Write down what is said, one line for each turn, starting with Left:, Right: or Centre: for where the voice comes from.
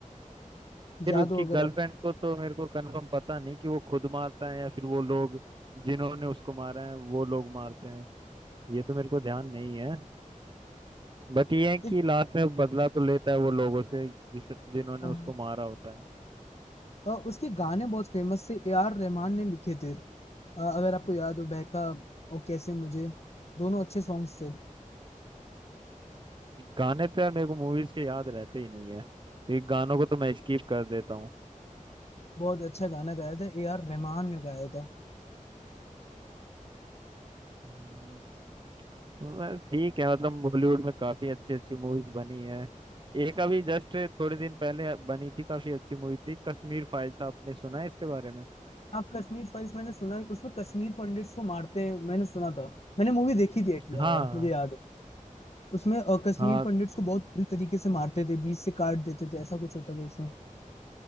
Right: फिर
Left: याद
Right: उसकी
Left: हो अगर
Right: गर्लफ्रेंड
Left: आप
Right: को तो मेरे को कंफर्म पता नहीं कि वो खुद मारता है या फिर वो लोग जिन्होंने उसको मारा है वो लोग मारते हैं ये तो मेरे को ध्यान नहीं है बट ये है कि
Left: इस,
Right: लास्ट में बदला तो लेता है वो लोगों से जिस जिन्होंने
Left: हाँ
Right: उसको मारा होता है
Left: और उसके गाने बहुत फेमस थे ए आर रहमान ने लिखे थे अ, अगर आपको याद हो बहका और कैसे मुझे दोनों अच्छे सॉन्ग्स थे
Right: गाने तो यार मेरे को मूवीज के याद रहते ही नहीं है ये गानों को तो मैं स्किप कर देता
Left: बहुत अच्छा गाना गाया था ए आर रहमान ने गाया था
Right: हूँ बस ठीक है मतलब बॉलीवुड में काफी अच्छी अच्छी मूवीज बनी है एक अभी जस्ट थोड़े दिन पहले बनी थी काफी अच्छी मूवी थी कश्मीर फाइल्स आपने सुना है इसके बारे में
Left: हाँ कश्मीर फाइल्स मैंने सुना है उसमें कश्मीर पंडिट्स को मारते हैं मैंने सुना था मैंने मूवी देखी थी at- अ,
Right: हाँ
Left: मुझे याद है उसमें अ, कश्मीर
Right: हाँ
Left: पंडिट्स को बहुत बुरी तरीके से मारते थे बीच से काट देते थे ऐसा कुछ होता था उसमें